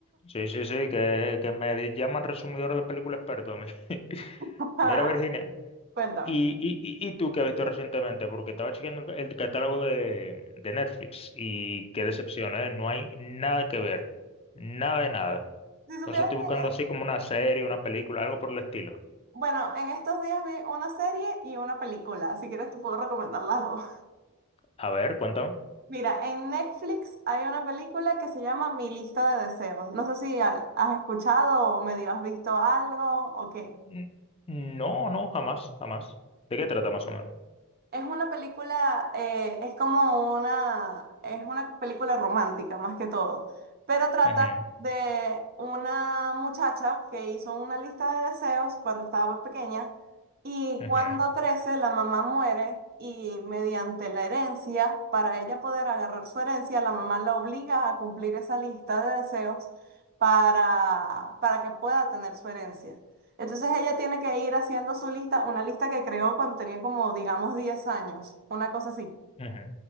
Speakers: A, on the left (about 25°); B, on the right (about 45°).
A: Sí, sí, sí, que, que me llaman resumidor de película experto a mí. <laughs>
B: <laughs>
A: Mira, Virginia,
B: Cuéntame.
A: ¿Y, y, y y tú qué has visto recientemente? Porque estaba chequeando el, ca- el catálogo de, de Netflix y qué decepción, ¿eh? No hay nada que ver, nada de nada.
B: Si
A: Entonces
B: supieras
A: estoy
B: que,
A: buscando así como una serie, una película, algo por el estilo.
B: bueno, en estos días vi una serie y una película. Si quieres te puedo recomendar las dos.
A: A ver, cuéntame.
B: Mira, en Netflix hay una película que se llama Mi lista de deseos. No sé si al- has escuchado o medio has visto algo o qué.
A: N- No, no, jamás, jamás. ¿De qué trata más o menos?
B: Es una película, eh, es como una, es una película romántica más que todo, pero trata
A: Ujú,
B: de una muchacha que hizo una lista de deseos cuando estaba pequeña y
A: ujú,
B: cuando crece la mamá muere y mediante la herencia, para ella poder agarrar su herencia, la mamá la obliga a cumplir esa lista de deseos para, para que pueda tener su herencia. Entonces ella tiene que ir haciendo su lista, una lista que creó cuando tenía como, digamos, 10 años, una cosa así.
A: ujú,